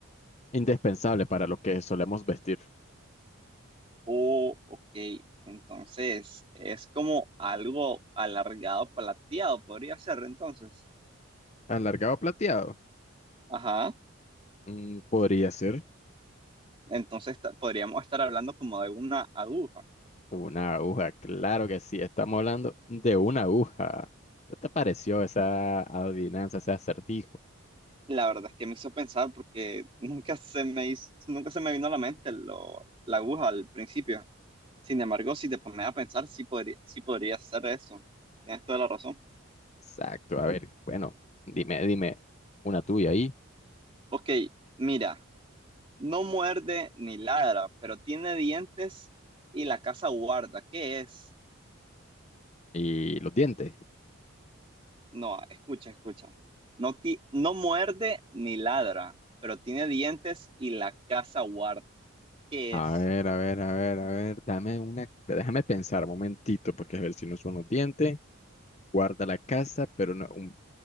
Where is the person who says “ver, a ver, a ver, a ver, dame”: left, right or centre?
Left